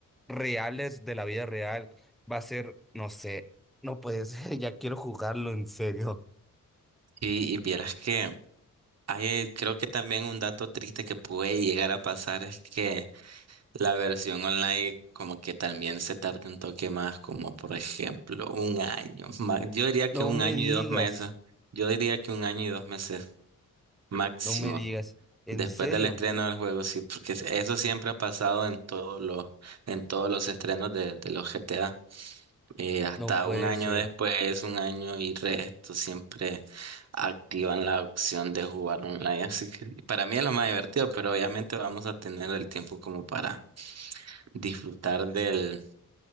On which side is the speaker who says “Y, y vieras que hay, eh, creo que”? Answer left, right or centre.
Right